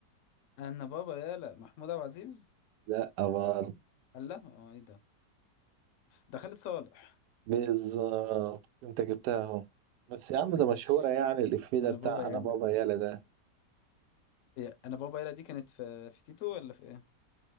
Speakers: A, on the left; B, on the right.
A: انا بابا يالا محمود عبد العزيز
B: لا برضه
A: قال لها اه ايه ده ده خالد صالح
B: بالظبط انت جبتها اهو بس يا عم ده
A: ماشي
B: مشهورة يعني الإفيه ده
A: انا
B: بتاع
A: بابا يالا
B: أنا بابا يالا ده
A: إيه، انا بابا يالا دي كانت في في تيتو ولا في ايه